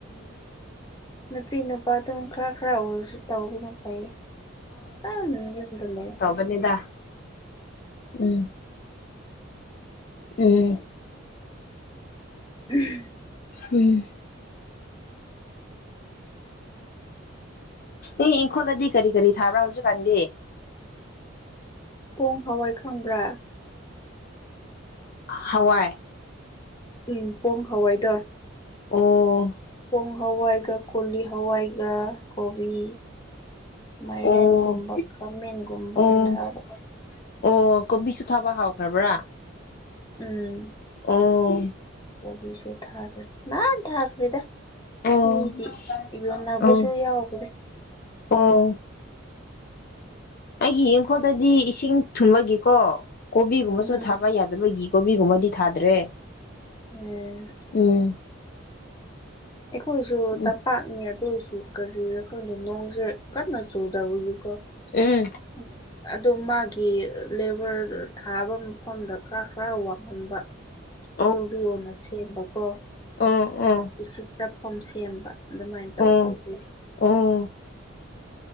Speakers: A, on the left; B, on the left.
A: ꯅꯨꯄꯤ ꯅꯨꯄꯥꯗꯨꯝ ꯈꯔ ꯈꯔ ꯑꯣꯏꯔꯁꯨ ꯇꯥꯎꯕꯅ ꯐꯩꯌꯦ ꯑ ꯌꯨꯝꯗ ꯂꯩ
B: ꯄꯅꯤꯗ ꯎꯝ ꯎꯝ
A: ꯎꯝ
B: ꯎꯝ ꯑꯦ ꯏꯪꯈꯣꯜꯗꯗꯤ ꯀꯔꯤ ꯀꯔꯤ ꯊꯥꯕ꯭ꯔꯥ ꯍꯧꯖꯤꯛ ꯀꯥꯟꯗꯤ
A: ꯄꯣꯡ ꯍꯋꯥꯏ ꯈꯪꯕ꯭ꯔꯥ
B: ꯍꯋꯥꯏ
A: ꯎꯝ ꯄꯣꯡ ꯍꯋꯥꯏꯗꯣ
B: ꯑꯣ
A: ꯄꯣꯡ ꯍꯋꯥꯏꯒ ꯀꯣꯂꯤ ꯍꯋꯥꯏꯒ ꯀꯣꯕꯤ ꯃꯥꯏꯔꯦꯟꯒꯨꯝꯕ
B: ꯑꯣ
A: ꯈꯥꯃꯦꯟꯒꯨꯝꯕ
B: ꯑꯣ
A: ꯊꯥꯕ
B: ꯑꯣ ꯀꯣꯕꯤꯁꯨ ꯊꯥꯕ ꯍꯥꯎꯈ꯭ꯔꯕ꯭ꯔꯥ
A: ꯎꯝ
B: ꯑꯣ
A: ꯀꯣꯕꯤꯁꯨ ꯊꯥꯥꯒ꯭ꯔꯦ ꯅꯍꯥꯟ ꯊꯥꯈ꯭ꯦꯗ
B: ꯑꯣ
A: ꯃꯤꯗꯤ ꯌꯣꯟꯅꯕꯁꯨ
B: ꯑꯣ
A: ꯌꯥꯎꯈ꯭ꯔꯦ
B: ꯑꯣ ꯑꯩꯒꯤ ꯌꯦꯡꯈꯣꯜꯗꯗꯤ ꯏꯁꯤꯡ ꯊꯨꯝꯕꯒꯤꯀꯣ ꯀꯣꯕꯤꯒꯨꯝꯕꯁꯨ
A: ꯎꯝ
B: ꯊꯥꯕ ꯌꯥꯗꯦ ꯊꯥꯗꯕꯒꯤ ꯀꯣꯕꯤꯒꯨꯝꯕꯗꯤ ꯊꯥꯗ꯭ꯔꯦ
A: ꯎꯝ
B: ꯎꯝ
A: ꯑꯩꯈꯣꯏꯁꯨ
B: ꯎꯝ
A: ꯇꯝꯄꯥꯛꯅꯤ ꯑꯗꯨꯣꯏꯁꯨ ꯀꯔꯤꯔ ꯈꯪꯗꯦ ꯅꯣꯡꯁꯦ ꯀꯟꯅ ꯆꯨꯗꯕꯒꯤꯀꯣ
B: ꯎꯝ
A: <inaudible> ꯑꯗꯣ ꯃꯥꯒꯤ ꯂꯦꯕꯔ ꯊꯥꯕ ꯃꯐꯝꯗ ꯈꯔ ꯈꯔ ꯋꯥꯡꯍꯟꯕ
B: <unintelligible>
A: ꯆꯨꯔꯤꯌꯣꯅ ꯁꯦꯝꯕꯀꯣ꯫
B: ꯑꯣ ꯑꯣ
A: ꯏꯁꯤꯡꯛ ꯆꯥꯐꯝ ꯁꯦꯝꯕ ꯑꯗꯨꯃꯥꯏꯅ ꯇꯧꯔꯒꯤ꯫
B: ꯑꯣ ꯑꯣ